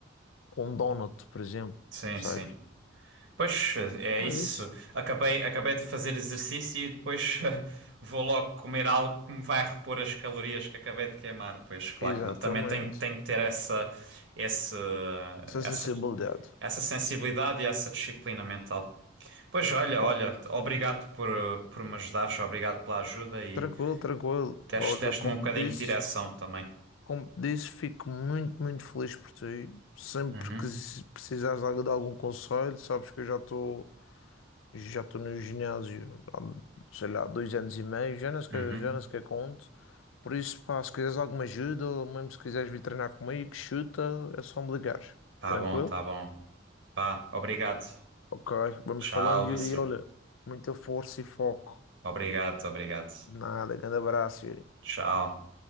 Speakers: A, on the left; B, on the right.
A: com um donut, por exemplo,
B: sim,
A: percebes?
B: sim. Pois é
A: Ah,
B: isso.
A: isso.
B: Acabei, acabei de fazer exercício e depois <laughs> eh, vou logo comer algo que me vai repor as calorias que acabei de queimar. Pois claro
A: Exatamente.
B: que não. Também tenho, tenho que ter essa, esse,
A: Essa
B: essa,
A: sensibilidade.
B: essa sensibilidade e essa disciplina mental. Pois olha,
A: Ó,
B: olha, obrigado por, por me ajudares, obrigado pela ajuda e
A: Tranquilo, tranquilo.
B: deste,
A: Olha,
B: deste-me
A: como
B: um bocadinho
A: te disse,
B: de direção também.
A: como te disse, fico muito, muito feliz por ti. Sempre
B: Uhum,
A: que se precisares de algo- de algum conselho, sabes que eu já estou já estou no ginásio há, sei lá, dois anos e meio, já nem sequer,
B: uhum.
A: já nem sequer conto. Por isso, pá, se quiseres alguma ajuda, ou mesmo se quiseres vir treinar comigo, chuta, é só me ligares.
B: Tá
A: Tranquilo?
B: bom, tá bom. Pá, obrigado.
A: Ok, vamos
B: Tchau,
A: falando,
B: Lúcio.
A: Yuri. Olha, muita força e foco.
B: Obrigado, obrigado.
A: Nada, grande abraço, Yuri.
B: Tchau.